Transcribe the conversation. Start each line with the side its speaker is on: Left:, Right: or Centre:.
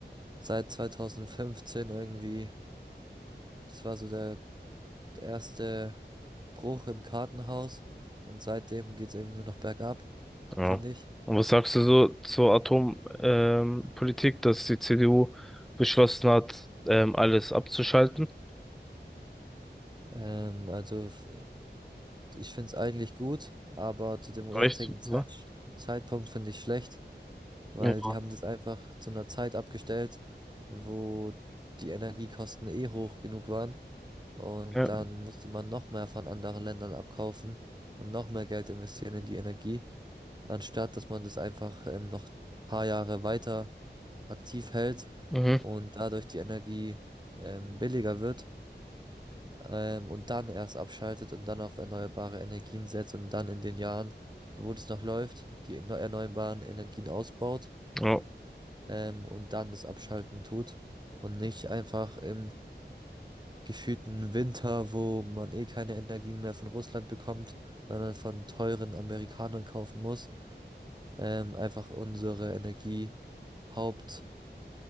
Right: seit 2015 irgendwie. Das war so der erste Bruch im Kartenhaus und seitdem geht es irgendwie nur noch bergab,
Centre: Ja.
Right: finde ich.
Centre: Und was sagst du so zur Atompolitik, ähm, Politik, dass die CDU beschlossen hat, ähm, alles abzuschalten?
Right: Ähm, also f- ich finde es eigentlich gut, aber zu dem
Centre: Reicht
Right: jetzigen Zeit
Centre: so?
Right: Zeitpunkt finde ich schlecht, weil
Centre: Ja.
Right: die haben das einfach zu einer Zeit abgestellt, wo die Energiekosten eh hoch genug waren und
Centre: Ja.
Right: dann musste man noch mehr von anderen Ländern abkaufen und noch mehr Geld investieren in die Energie. anstatt dass man das einfach ähm, noch ein paar Jahre weiter aktiv hält
Centre: Mhm.
Right: und dadurch die Energie ähm, billiger wird ähm, und dann erst abschaltet und dann auf erneuerbare Energien setzt und dann in den Jahren, wo das noch läuft, die erneu- erneuerbaren Energien ausbaut
Centre: Ja.
Right: ähm, und dann das Abschalten tut und nicht einfach im gefühlten Winter, wo man eh keine Energien mehr von Russland bekommt, sondern von teuren Amerikanern kaufen muss. ähm, einfach unsere Energie Haupt,